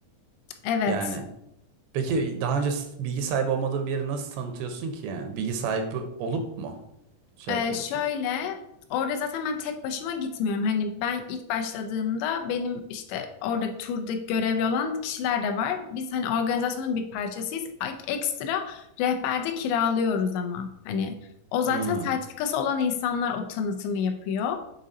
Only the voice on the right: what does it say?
Yani. Peki daha önce s- bilgi sahibi olmadığın bir yeri nasıl tanıtıyorsun ki yani? Bilgi sahibi olup mu şey
yapıyorsun?
Hmm,